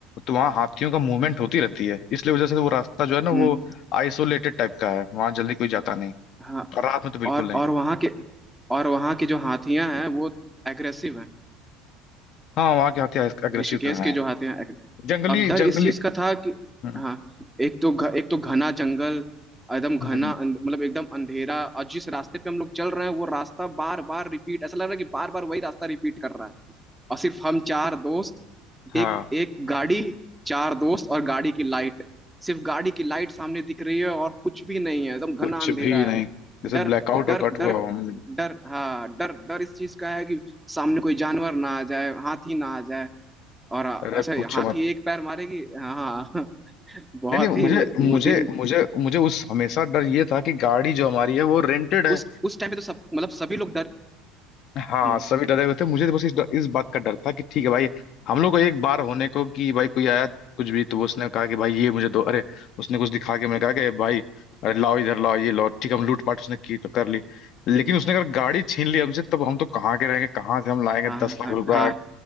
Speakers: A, on the left; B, in the centre.
A: तो वहाँ हाथियों का मूवमेंट होती रहती है इसलिए वजह से वो रास्ता जो है ना वो
B: हम्म,
A: आइसोलेटेड टाइप का है वहाँ जल्दी कोई जाता नहीं
B: हाँ
A: और रात में तो बिल्कुल
B: और
A: नहीं
B: और वहाँ के और वहाँ की जो हाथियां हैं वो एग्रेसिव हैं
A: हाँ वहाँ के हाथी अग्रेसिव
B: ऋषिकेश
A: तो
B: के
A: हैं
B: जो आते हैं
A: जंगली
B: अब डर
A: जंगली
B: इस चीज का था कि
A: हम्म,
B: हाँ एक तो घ, एक तो घना जंगल एकदम घना
A: हम्म,
B: अंध- मतलब एकदम अंधेरा और जिस रास्ते पे हम लोग चल रहे हैं वो रास्ता बार बार रिपीट ऐसा लग रहा है कि बार बार वही रास्ता रिपीट कर रहा है और सिर्फ हम चार दोस्त
A: हाँ
B: एक एक गाड़ी चार दोस्त और गाड़ी की लाइट सिर्फ गाड़ी की लाइट सामने दिख रही है और कुछ भी नहीं है एकदम घना
A: कुछ
B: अंधेरा
A: भी नहीं
B: है
A: जैसे
B: डर
A: ब्लैकआउट और
B: डर
A: कट हुआ
B: डर
A: हो हम्म,
B: डर हाँ डर डर इस चीज का है कि सामने कोई जानवर ना आ जाए हाथी ना आ जाए और अच्छा
A: अरे पूछो
B: हाथी
A: मत
B: एक पैर मारेगी हाँ हाँ <laughs> बहुत
A: नहीं नहीं
B: ही
A: मुझे मुझे
B: वो दिन
A: मुझे मुझे उस हमेशा डर ये था कि गाड़ी जो हमारी है वो रेंटेड है
B: उस उस टाइम पे तो सब मतलब सभी लोग डर
A: हाँ
B: हम्म,
A: सभी डरे हुए थे मुझे बस इस इस बात का डर था कि ठीक है भाई हम लोग को एक बार होने को कि भाई कोई आया कुछ भी तो उसने कहा कि भाई ये मुझे दो अरे उसने कुछ दिखा के मैं कहा कि भाई अरे लाओ इधर लाओ ये लाओ ठीक है, हम लूटपाट उसने की तो कर ली लेकिन उसने अगर गाड़ी छीन ली हमसे तब हम तो कहाँ के रहेंगे कहाँ से हम लाएंगे
B: हाँ
A: दस लाख
B: हाँ
A: रुपया
B: हाँ